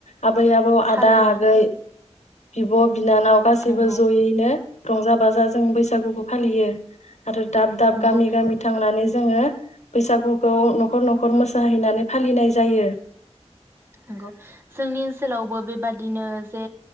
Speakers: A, on the left (about 85°); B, on the right (about 20°).
A: आबै-आबौ,
B: थारैनो
A: आदा-आगै बिब' बिनानाव गासैबो
B: नंगौ
A: जयैनो रंजा-बाजा जों बैसागुखौ फालियो आरो दाब-दाब,
B: नंगौ
A: गामि-गामि थांनानै जोङो बैसागुखौ न'खर न'खर मोसाहैनानै फालिनाय जायो
B: नंगौ जोंनि ओनसोलावबो बेबादिनो जे